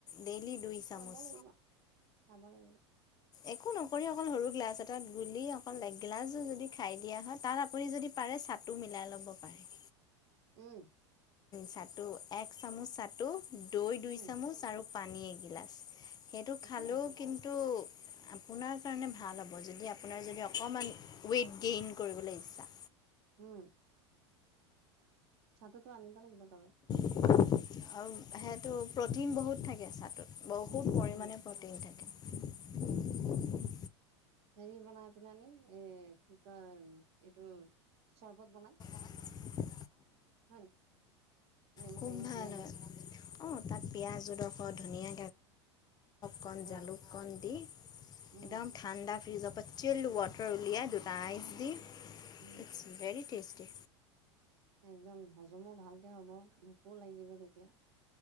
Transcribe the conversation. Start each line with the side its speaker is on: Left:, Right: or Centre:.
Left: ডেইলি দুই চামুচ
Right: চাব লাগিব। চাব লাগিব।
Left: একো নকৰি অকল সৰু গিলাছ এটাত গুলি অকল এক গিলাচো যদি খাই দিয়া হয়, তাত আপুনি যদি পাৰে চাটো মিলাই ল'ব পাৰে।
Right: উম
Left: চাটো এক চামুচ চাটো। দৈ দুই
Right: উম
Left: চামুচ আৰু পানী এগিলাচ, সেইটো
Right: ঠিকে
Left: খালেও
Right: আছে
Left: কিন্তু <unintelligible> আপু আপোনাৰ কাৰণে ভাল হ'ব, যদি আপোনাৰ যদি অকণমান ৱেইট গেইন কৰিবলৈ ইচ্ছা।
Right: উম। চাটোতো আনিব লাগিব তাৰে।
Left: আৰু সেইটো প্ৰ'টিন বহুত থাকে চাটোত। বহুত
Right: উম
Left: পৰিমাণে
Right: উম
Left: প্ৰ'টিন থাকে।
Right: উম হেৰি বনাই পনি আনি, এই কি কয় এইটো চৰপত বনাই।
Left: <unintelligible>
Right: হয়। নেমু
Left: খুব
Right: টেঙা
Left: ভাল
Right: চেঙা দি
Left: হয় অহ, তাত পিয়াজ জডোখৰ ধুনীয়া কণ
Right: অ
Left: জালুক কণ দি,
Right: উম
Left: একদম ঠাণ্ডা ফ্ৰিজত পতচিল ৱাটাৰ উলিয়াই দুটা আইচ দি,
Right: উম
Left: ইটছ ভেৰি টেষ্টি।
Right: একদম হজমো ভালকে হ'ব, ভোকো লাগিব তেতিয়া।